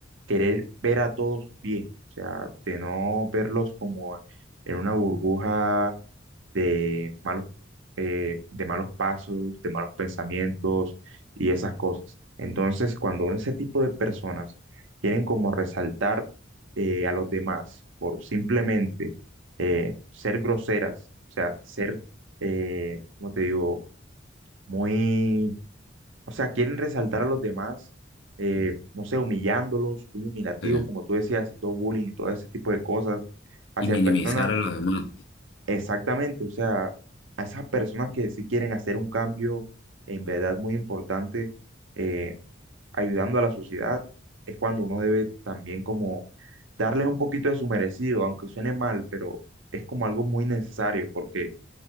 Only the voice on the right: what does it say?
querer ver a todos bien, o sea, de no verlos como en una burbuja de malos, eh, de malos pasos, de malos pensamientos y esas cosas. Entonces, cuando ese tipo de personas quieren como resaltar eh, a los demás por simplemente eh, ser groseras, o sea, ser, eh, como te digo, muy o sea, quieren resaltar a los demás, eh,
no sé, humillándolos, muy humillativos,
como tú decías, haciendo bullying y todo ese tipo de cosas hacia
personas,
exactamente, o sea, a esas personas que sí quieren hacer un cambio en verdad muy importante, eh, ayudando a la sociedad, es cuando uno debe también como darles un poquito de su merecido, aunque suene mal, pero es como algo muy necesario porque